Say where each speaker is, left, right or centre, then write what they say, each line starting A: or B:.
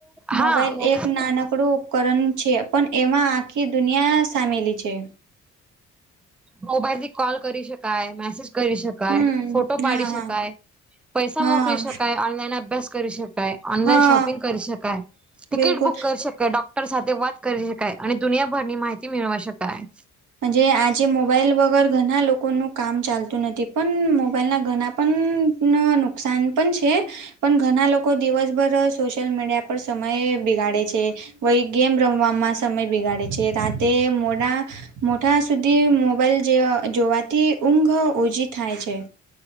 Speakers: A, in the centre; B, on the right.
A: હા
B: મોબાઈલ
A: મોબાઈલ
B: એક નાનકડું ઉપકરણ છે પણ એમાં આખી દુનિયા સામેલી છે.
A: મોબાઈલથી કૉલ કરી શકાય, મેસેજ કરી શકાય.
B: હમ
A: કાય, ફોટો
B: હા
A: પાડી
B: હા
A: શકાય, પૈસા
B: હા
A: મોકલી શકાય, ઓનલાઈન અભ્યાસ કરી શકાય. ઓનલાઈન
B: હા
A: શોપિંગ કરી શકાય, ટિકિટ
B: બિલકુલ
A: બુક કરી શકાય ડોક ટર સાથે વાત કરી શકાય, અને દુનિયાભર ની માહિતી મેળવા શકાય.
B: જ આજે મોબાઈલ વગર ઘણા લોકોનું કામ ચાલતું નથી પણ મોબાઈલના ઘણા પણ નુકસાન પણ છે. પણ ઘણા લોકો દિવસભર સોશિયલ મીડિયા પર સમય બિગાડે છે. વય ગેમ રમવામાં સમય બિગાડે છે રાતે મોડા મોટા સુધી મોબાઈલ જેવા જોવાથી ઊંઘ ઓછી થાય છે.